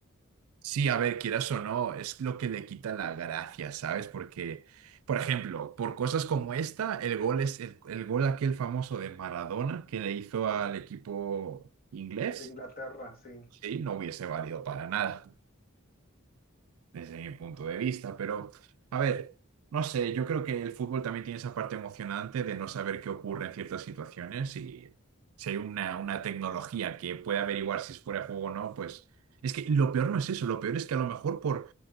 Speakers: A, on the right (about 80°); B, on the left (about 40°).
A: sí, a ver, quieras o no, es lo que le quita la gracia, ¿sabes? Porque, por ejemplo, por cosas como esta, el gol es el el gol aquel famoso de Maradona que le hizo al equipo inglés.
B: de Inglaterra, sí.
A: Sí, no hubiese valido para nada, desde mi punto de vista, pero a ver, no sé, yo creo que el fútbol también tiene esa parte emocionante de no saber qué ocurre en ciertas situaciones y si hay una, una tecnología que puede averiguar si es fuera de juego o no, pues es que lo peor no es eso, lo peor es que a lo mejor por...